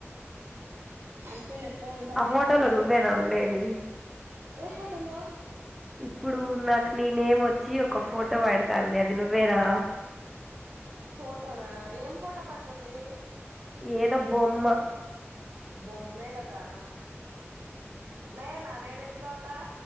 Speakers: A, on the right (about 60°); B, in the centre.
A: అంతేలే ఫోన్ లు తప్ప
B: ఆ ఫోటోలో
A: ఏం చేస్తావ్
B: నువ్వేనా
A: ఫో
B: ఉండేది
A: ఏ ఫోటో లో
B: ఇప్పుడు నాకు నీ నేమ్ వచ్చి ఒక ఫో ఇష్టపడతాంది అది నువ్వే నా
A: ఫోటోనా ఏం ఫోటో పడుతుంది
B: ఏదో బొమ్మ
A: బోమ్ అమ్మే కదా నేనా నేను ఎందుకు తా